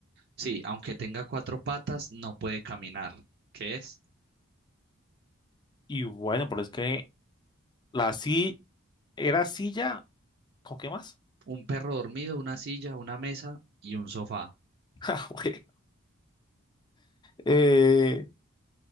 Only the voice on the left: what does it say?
Y bueno, pero es que la sí era silla, ¿con qué más?
<laughs> Ah, güey. Eh,